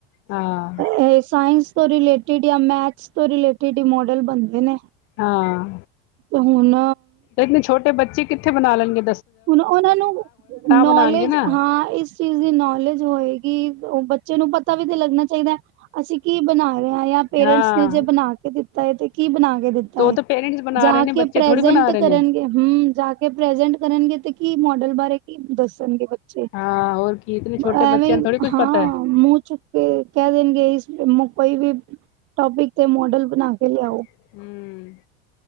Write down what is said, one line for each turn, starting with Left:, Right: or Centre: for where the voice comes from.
Left: ਹਾਂ
Right: ਇਹ ਸਾਇੰਸ ਤੋਂ ਰਿਲੇਟਿਡ ਜਾਂ ਮੈਥਸ ਤੋਂ ਰਿਲੇਟਿਡ ਹੀ ਮੋਡਲ ਬਣਦੇ ਨੇ
Left: ਹਾਂ
Right: ਤੇ ਹੁਣ
Left: ਇਤਨ ਛੋਟੇ ਬੱਚੇ ਕਿੱਥੇ ਬਣਾ ਲੈਂਣਗੇ
Right: ਹੁਣ ਉਹਨਾਂ ਨੂੰ ਨੌਲੇਜ
Left: ਬਣਾਉਣਗੇ ਨਾ
Right: ਹਾਂ ਇਸ ਚੀਜ਼ ਦੀ ਨੌਲੇਜ ਹੋਏਗੀ ਉਹ ਬੱਚੇ ਨੂੰ ਪਤਾ ਵੀ ਤੇ ਲੱਗਣਾ ਚਾਹੀਦਾ ਹੈ ਅਸੀਂ ਕੀ ਬਣਾ ਰਹੇ ਜਾਂ ਪੇਰੈਂਟਸ
Left: ਹਾਂ
Right: ਨੇ ਜੇ ਬਣਾ ਕੇ ਦਿੱਤਾ ਤਾਂ ਇਹ ਤੇ ਕੀ ਬਣਾਗੇ ਦਿੱਤਾ
Left: ਤੇ
Right: ਹੈ
Left: ਉਹ ਤਾਂ ਪੇਰੈਂਟਸ ਬਣਾ
Right: ਜਾ
Left: ਰਹੇ ਨੇ
Right: ਕੇ
Left: ਬੱਚੇ
Right: ਪ੍ਰਜੈਂਟ
Left: ਥੋੜ੍ਹੀ ਬਣਾ ਰਹੇ
Right: ਕਰਨਗੇ
Left: ਨੇ
Right: ਹਮ ਜਾ ਕੇ ਪ੍ਰਜੈਂਟ ਕਰਨਗੇ ਤੇ ਕਿ ਮਾਡਲ ਬਾਰੇ ਕੀ ਦੱਸਣਗੇ ਬੱਚੇ
Left: ਹਾਂ ਹੋਰ ਕੀ ਇਤਨੇ ਛੋਟੇ
Right: ਐਵੇਂ
Left: ਬੱਚਿਆਂ ਨੂੰ ਥੋੜ੍ਹੀ ਕੁੱਛ
Right: ਹਾਂ
Left: ਪਤਾ ਹੈ
Right: ਮੂੰਹ ਚੁੱਕ ਕੇ ਕਹਿ ਦੇਣਗੇ ਇਸ ਮੁ ਕੋਈ ਵੀ ਟੋਪਿਕ ਤੇ ਮੋਡਲ ਬਣਾ ਕੇ ਲਿਆਓ
Left: ਹਮ